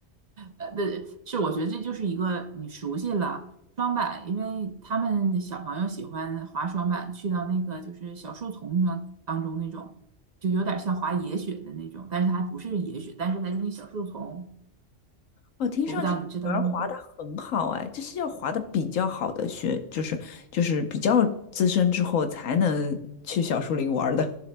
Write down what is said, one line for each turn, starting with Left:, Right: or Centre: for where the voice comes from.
Right: 呃，对，是我觉得这就是一个你熟悉了双板，因为他们小朋友喜欢滑双板，去到那个就是小树丛当当中那种，就有点像滑野雪的那种，但是它还不是野雪，但是它就是小树丛，
Left: 哦，听上去女儿滑的很好哎，
Right: 我不知道你知道那种。
Left: 这是要滑的比较好的学，就是就是比较资深之后才能去小树林玩儿的。